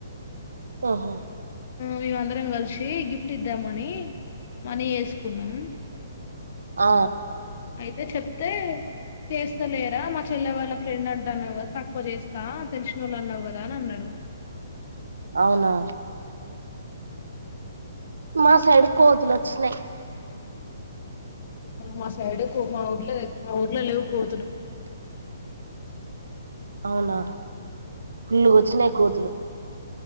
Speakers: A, on the right; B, on the left.
A: ఓహో
B: మేమ అందరం కలిసి గిఫ్ట్ ఇద్దామని మనీ వేసుకున్నం
A: ఆ
B: అయితే చెప్ ప్తే చేస్ తె లేరా మా చెల్ల వాళ్ళ ఫ్రెండ్ అం దాన్లో తకువ చేస్ తా తెలిసినోల్ అనవ్ కదా తనన్నడు
A: అవునా మా సైడు కోతులు ఒచ్చినయి
B: మా సైడ్ కో మా ఊర్లో మా ఊర్లో లేవు కోతులు
A: అవునా ఫుల్లుగా వచ్చినాయి కోతులు